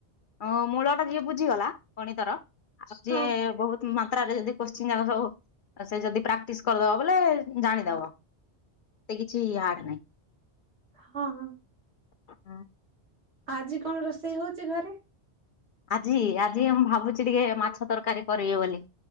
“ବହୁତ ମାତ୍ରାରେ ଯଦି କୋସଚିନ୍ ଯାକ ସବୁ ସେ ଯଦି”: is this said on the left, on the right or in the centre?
Left